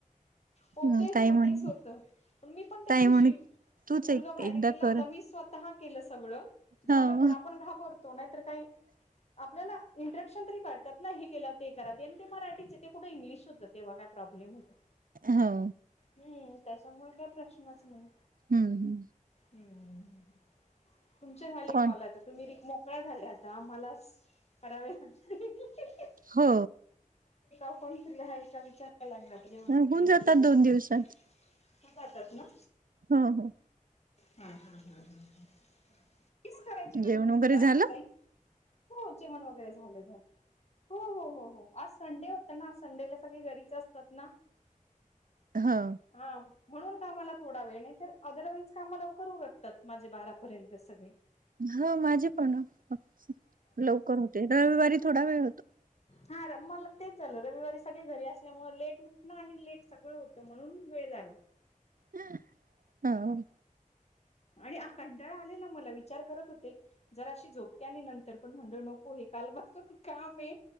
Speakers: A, on the left; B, on the right.
A: हो
B: अ
A: तेच
B: ताई
A: मग
B: म्हणे
A: तेच होतं पण मी पण त्या
B: ताई
A: दिवशी
B: म्हणे तूच
A: मुलगा
B: एक
A: बाहेर
B: एकदा
A: गेला
B: कर
A: तर मीस स्वतः केलं सगळ झालं
B: हो
A: पण, आपण घाबरतो नाहीतर काही आपल्याला इंट्रॅक्शन तरी कळतात ना हे केलं ते करा तेन ते मराठीच हे ते कुठ इंग्लिश होतं तेवा रॅप रॉप. ब्लेम होता.
B: हो!
A: हूं त्याच्यामुळ काय प्रश्नच नाही.
B: हूं!
A: हूं हूं हूं तुमचे झाले
B: कोण
A: कॉल आता. तुम्ही बी मोकळ्या झाल्या आता आम्हालास करावे. फ्री आहे का,
B: हो
A: कोण फ्री आहे का, विचारायला लागणार <unintelligible>
B: होऊन जातात दोन दिवसात
A: <unintelligible> जातात ना.
B: हं हं!
A: हं हं हं हं हं! तीस करायचे का
B: जेवण
A: दोन दिवसात
B: वगैरे झालं
A: ताई, हो जेवण वगैरे झालं, झालं. हो हो हो हो, आज संडे होता ना संडेला सगळे घरीच अस तात ना.
B: हं!
A: हा म्हणून कामाला थोडा वेळ, नाही तर अदरवाईज काम लवकत उरकतात माझे बारापर्यंत सगळे.
B: हं माझे पण. <inaudible> लवकर होते, रविवारी थोडा वेळ होतो.
A: हा र मला तेच आल रविवारी सगळे घरी असल्यामुळ लेट उठणं आणि लेट सगळं होतं म्हणून वेळ झाला.
B: हं हं!
A: आणि आकंटाळा आलेला मला विचार करत होते. जरा अशी झोपते आणि नंतर, पण म्हंनल नको हे कालपासून काम हे